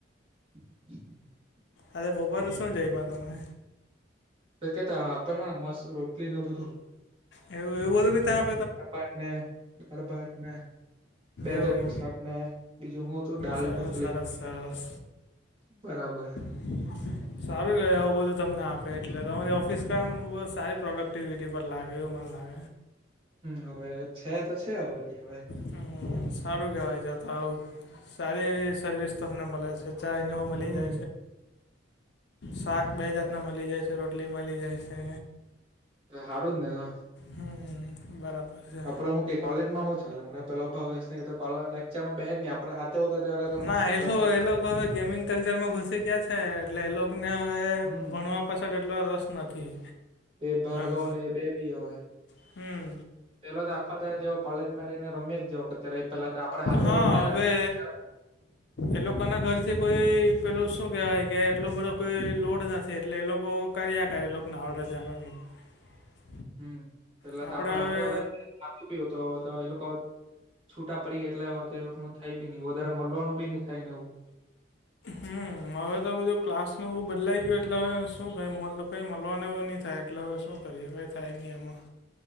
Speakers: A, on the right; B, on the left.
A: <inaudible>
B: અરે બપોરે શું જઈમાં તમે
A: કેતા આપેલો ને મસ્ત રોટલી ને બધું
B: એવ એવું બું ત્યા
A: દાળભાત ને દાળભાત ને બે
B: એવું
A: જાાટ નું શાક ને બીજું હું હતું ડાલ
B: ચાલો
A: ઢોકલી
B: સરસ સરસ
A: બરાબર
B: <inaudible> સારું ગ આવું બધું તમને આપે એટલે તમારી ઓફિસ કામ બ સારી પ્રોડક્ટિવિટી પર લાગે એવું મને લાગે
A: હવે છે તો છે વડી હવે
B: હમ સારું કહેવાય છે તો આવ સારી સર્વિસ તમને મળે છે ચા ને હવ મળી
A: હમ
B: છે શાક બે જાતના મળી જાય છે રોટલી મળી જાય છે
A: તો હાારું જ ને તો
B: હમ બરાબર છે
A: આપડે હું કઈ કોલેજમાં હું ચાલે હમણાં પેલા ભાવેશ એતો કો લેકચર માં બેહે જ નહી આપણા હાથે હોતા ત્યારે મસ્ત
B: ના
A: આપડા
B: એ લોકો એ લોકો હવે ગેમિંગ કલ્ચરમાં ઘુસી ગયા છે એટલે એ લોકને હવે
A: હમ
B: ભણવા પછાળ એટલો રસ નથી.
A: તે ભાર્ગવ
B: આમ
A: ને એ બે બી હવે <unintelligible>
B: હમ
A: પેલો તો આખો દાડો જે કોલેજમાં <unintelligible> રમ્યા જ જેવો કરતો અત્યારે એ પેલા તો આપડે હાથે
B: હા
A: હોતો ત્યારે
B: હવે
A: લેક્ચર <unintelligible>
B: એ લોકોના ઘરથી કોઈ પેલું શું કહેવાય કે એટલો બધો કોઈ લોડ નથી એટલે એ લોકો કર્યા કરે <unintelligible> <inaudible>
A: હમ પેલા
B: આપણે
A: તો આપડે હાતે
B: હવે
A: ઉતા એટલે હથું બી હતો એ લોકો છૂટા પડી ગ એટલા એ લોકો થાય બી ની વધારે મળવાનું બી ની થાય ને એવું
B: હમ હવે તો બધું ક્લાસનું એવું બદલાઈ ગયું એટલે શું કઈ કંઈ મળવાનું એવું નહી થાય એટલે શું કરીએ કઈ થાય નહીં એમાં..